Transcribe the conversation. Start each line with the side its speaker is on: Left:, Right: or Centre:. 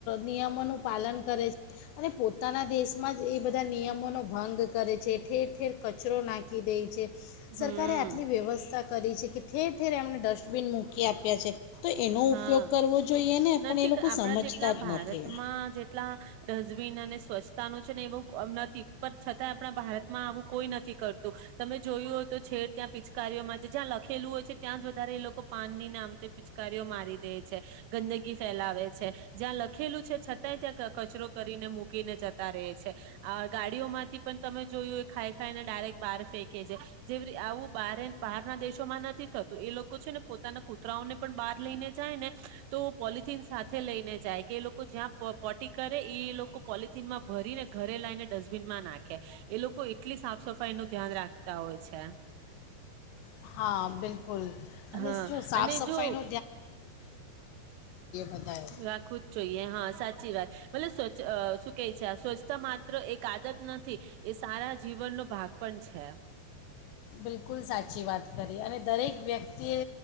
Left: નિયમોનું પાલન કરે છે. અને પોતાના દેશમાં જ એ બધા નિયમો નો ભંગ કરે છે, ઠેર ઠેર કચરો નાખ દે છે. સરકારે
Right: હમ
Left: આટલી વ્યવસ્થા કરી છે કે ઠેર ઠેર એમણે ડસ્ટબિન મૂકી આપ્યા છે. તો એનો
Right: હા
Left: ઉપયોગ કરવો જોઈએ ને
Right: નથી
Left: પણ એ લોકો
Right: આપડા
Left: સમજતા
Right: જેટલા
Left: જ
Right: ભારતમાં
Left: નથી
Right: જેટલા ડસ્ટબિન અને સ્વચ્છ તા નું છે ને એવું નથી, પણ છતાં આપણા ભારતમાં આવું કોઈ નથી કરતું, તમે જોયું હો તો છેડ ત્યાં પિચકારીઓમાં, જ્યાં લખેલું હોય છે ત્યાંજ વધારે એ લોકો પાન ની નામ પિચકા કારિયો મારી દે છે, ગંદગી ફેલાવે છે, જ્યાં લખેલું છે છતાંય ત્યાં કચરો કરીને મૂકીને જતા રહે છે. આ ગાડીઓમાંથી પણ તમે જોયું એ ખાઈ ખાઈને ડાયરેક્ટ બહાર ફેંકે છે, જે આવું બ બહાર ના દેશોમાં નથી થતું. એ લોકો છે ને પોતાના કૂતરાઓને પણ બહાર લઈને જાય ને તો પોલથીન સાથે લઈને જાય કે એ લોકો જ્યાં પોટી કરે એ લોકો પોલથીનમાં ભરીને ઘરે લઈને ડસ્ટબિનમાં નાખે. એ લોકો એટલી સાફ સફાઈ નું ધ્યાન રાખતા હોય છે.
Left: હા, બિલકુલ અને
Right: હા
Left: જો સાફ
Right: અને
Left: સફાઈ
Right: જો
Left: ન
Right: રાખવું
Left: બધાએ
Right: જ જોઈએ, હા, સાચી વાત. મતલબ ચ અહ શું કહે છે, આ સ્વચ્છા માત્ર એક આદત નથી. એ સારા જીવનનો ભાગ પણ છે એમ.
Left: બિલકુલ સાચી વાત કરી, અને દરેક વ્યક્તિએ